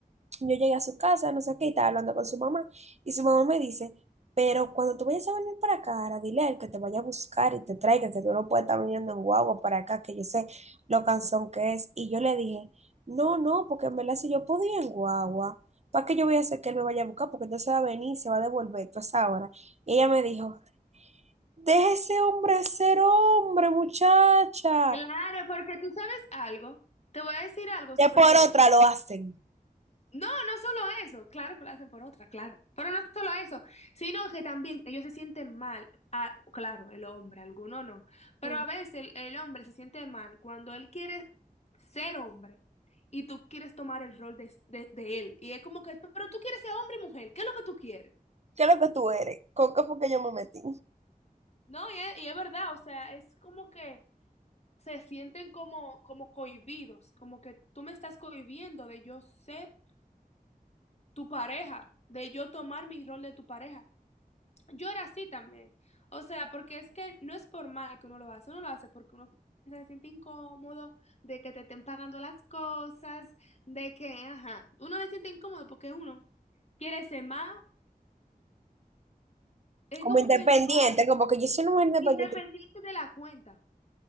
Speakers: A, on the right (about 45°); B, on the left (about 45°).
A: Yo llegué a su casa, no sé qué, y estaba hablando con su mamá. Y su mamá me dice, pero cuando tú vayas a venir para acá, ahora dile a él que te vaya a buscar y te traiga, que tú no puedes estar viniendo en guagua para acá, que yo sé lo cansón que es. Y yo le dije, no, no, porque en verdad si yo podía en guagua, ¿para qué yo voy a hacer que él me vaya a buscar? Porque entonces va a venir y se va a devolver toda esa hora. Y ella me dijo, deja ese hombre ser hombre, muchacha.
B: Claro, porque tú sabes algo. Te voy a decir algo
A: Ya
B: sobre
A: por otra
B: eso.
A: lo hacen.
B: No, no solo eso, claro que lo hacen por otra, claro, pero no solo eso, sino que también ellos se sienten mal, ah, claro, el hombre, alguno no, pero
A: Mm.
B: a veces el, el hombre se siente mal cuando él quiere ser hombre y tú quieres tomar el rol de, de- de él, y es como que, pero tú quieres ser hombre y mujer, ¿qué es lo que tú quieres?
A: ¿Qué es lo que tú eres? ¿Con qué fue que yo me metí?
B: No, y es, y es verdad, o sea, es como que se sienten como, como cohibidos, como que tú me estás cohibiendo de yo ser tu pareja, de yo tomar mi rol de tu pareja. Yo era así también. O sea, porque es que no es por mal que uno lo hace, uno lo hace porque uno se siente incómodo de que te estén pagando las cosas, de que, ajá, uno se siente incómodo porque uno quiere ser más, es
A: como
B: como
A: independiente,
B: que más
A: como que yo soy una mujer independiente,
B: independiente de la cuenta.